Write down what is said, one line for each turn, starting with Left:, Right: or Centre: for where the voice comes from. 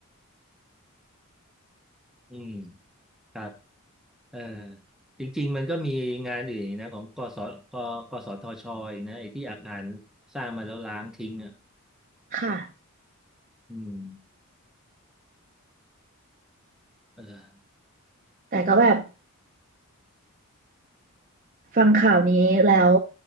Centre: อืมครับเออจริงๆมันก็มีงานอื่นอีกนะของกสกกสทชอีกนะไอ้ที่อาคารสร้างมาแล้วล้างทิ้งอ่ะ
Right: ค่ะ
Centre: อืม เออ
Right: แต่ก็แบบฟังข่าวนี้แล้ว